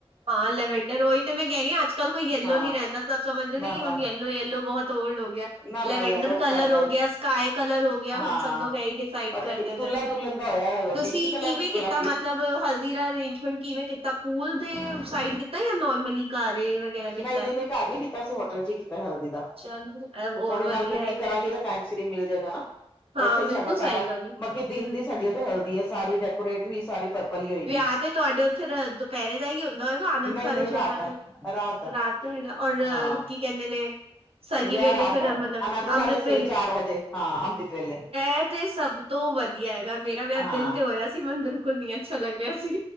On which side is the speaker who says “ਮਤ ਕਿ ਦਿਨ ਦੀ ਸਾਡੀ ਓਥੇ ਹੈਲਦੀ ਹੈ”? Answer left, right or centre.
Left